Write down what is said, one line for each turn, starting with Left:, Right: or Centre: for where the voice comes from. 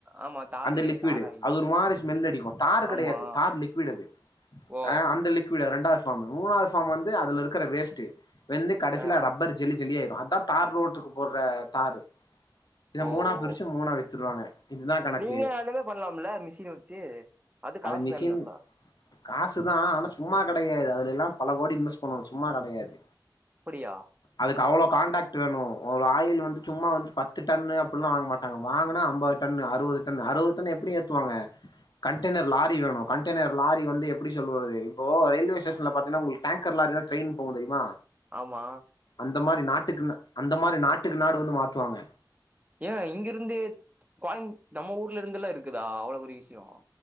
Right: ஆமா தாரு
Left: அந்த லிக்வீடு
Right: தார் ஆயில்
Left: அது ஒரு மாரி ஸ்மல் அடிக்கு தார் கெடையாது
Right: ஆமா
Left: தார் லிக்வீடு அது
Right: ஓ
Left: அந்த லிக்வீட் ரெண்டாவது ஃபார்ம் மூணாவது ஃபார்ம் வந்து அதுல இருக்குற வேஸ்ட் வெந்து கடைசில
Right: ஆஹ்
Left: ரப்பர் ஜெல்லி ஜெல்லியாயிரு அதா தார் ரோட்டுக்கு போடுற தாரு இத
Right: ஓ
Left: மூணா பிருச்சு
Right: ஓ
Left: மூணா வித்துருவாங்க இதுதான் கணக்கு
Right: நீங்க அதுல பண்ணலாம்ல மிஷின் வச்சு காசு
Left: அது மிஷின்
Right: தானல்ல
Left: காசுதா ஆனா சும்மா கெடையாது அது அதெல்லா பல கோடி இன்வெஸ்ட் பண்ணணு சும்மா கெடையாது
Right: அப்படியா
Left: அதுக்கு அவ்ளோ கான்டாக்ட் வேணு ஒரு ஆயில் வந்து சும்மா வந்துட்டு பத்து டன்னு அப்புல்லா வாங்க மாட்டங்க வாங்குனா அம்பது டன்னு அறுவது அம்பது டன்னு அறுவது டன்னு எப்புடி ஏத்துவாங்க கண்டெய்னர் லாரி வேணு கண்டெய்னர் லாரி வந்து எப்புடி சொல்லுவாரு இப்போ ரயில்வே ஸ்டேஷன்ல பாத்தீங்கனா உங்களுக்கு டேங்கர் லாரி ல்ல ட்ரையின் போகு தெரியுமா
Right: ஆமா
Left: அந்த மாரி நாட்டுக்குன்னு அந்த மாரி நாட் ட்டுக்கு நாடு வந்து மாத்துவாங்க
Right: ஏ இங்கிருந்தே கோயம் நம்ம ஊர்ல இருந்து எல்லா இருக்குதா அவ்ளோ பெரிய விஷியோ